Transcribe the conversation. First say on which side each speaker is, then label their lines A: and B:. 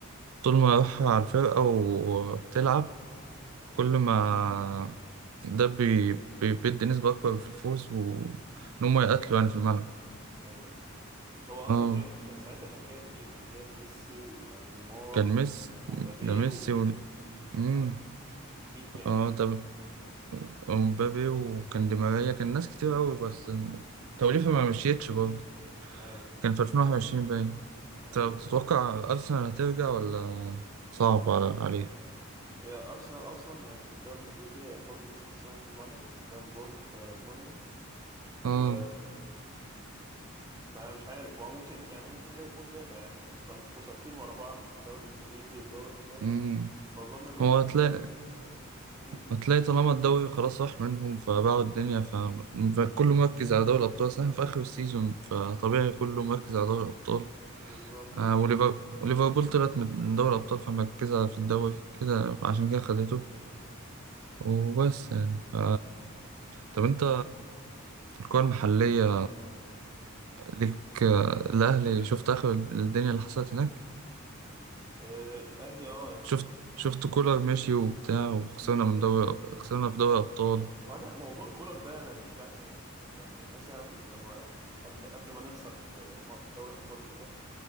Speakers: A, on the right; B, on the right.
A: طول ما روحها على الفرقة وبتلعب كل ما ده بي- بي- بيدي نسبة أكبر في الفوز وإن هما يقاتلوا يعني في الملعب
B: ايوه أيوة. هو
A: اه
B: اصلا كان كان ساعتها كان جايب مين كان جايب ميسي و- ونيمار
A: كان ميسي
B: ومبابي
A: ده ميسي
B: و...
A: و... مم.
B: آه. مين تاني
A: اه طب ومبابي وكان دي ماريا كان ناس كتير أوي بس توليفة ما مشيتش برضه
B: آه.
A: كان في 2021 باين
B: ايوه
A: طب تتوقع أرسنال هترجع ولا صعب على عليه؟
B: هي ارسنال اصلا يعني في الدوري الانجليزي برضه لسه خسرانه 2-1 قدام بورن آه بورنموث
A: اه
B: و فمش عارف هو ممكن يعني ممكن ده يكون دافع يعني خسرت خسارتين ورا بعض في الدوري الانجليزي وفي دوري الابطال
A: امم
B: فاظن ان هما
A: هو
B: ممكن
A: هتلاقي
B: امم
A: هتلاقي طالما الدوري خلاص راح منهم فباعوا الدنيا ف... فكله مركز على دوري الأبطال أصل إحنا في آخر السيزون فطبيعي كله مركز على دوري الأبطال
B: بالظبط
A: آه
B: اه
A: وليفر... وليفربول طلعت من من دوري الأبطال فمركزة في الدوري كده عشان كده خدته وبس يعني ف... طب أنت الكرة المحلية ليك الأهلي شفت آخر الدنيا اللي حصلت هناك؟
B: آه، الاهلي اه يعني
A: شفت شفت كولر ماشي وبتاع وخسرنا من دوري خسرنا في دوري أبطال
B: هو انا موضوع كولر ده انا مش فاهمه يعني يعني مثلا لما قبل قبل ما نخسر في م- في دوري ابطال وكده